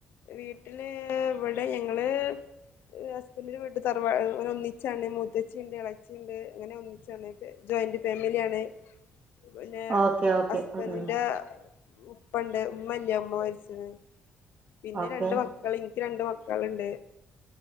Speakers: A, on the left; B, on the right.
A: വീട്ടില് ഇവിടെ ഞങ്ങള്. ഹസ്ബൻഡന്റെ വീട്ടിൽ തറവാന ഒന്നിച്ചാണ് മുതച്ചിയുണ്ട് ഇളച്ചിയുണ്ട് അങ്ങനെ <unintelligible> ജോയിന്റ് ഫാമിലിയ ആണ് പിന്നെ
B: ഓക്കെ ഓക്കെ
A: ഹസ്ബൻഡിന്റെ
B: ഉം ഉം
A: ഉപ്പ ഉണ്ട് ഉമ്മല്ല ഉമ്മ മരിച്ചിന്ന് പിന്നെ
B: ഓക്കെ
A: രണ്ട് മക്കൾ ഇനിക്ക് രണ്ട് മക്കൾണ്ട്.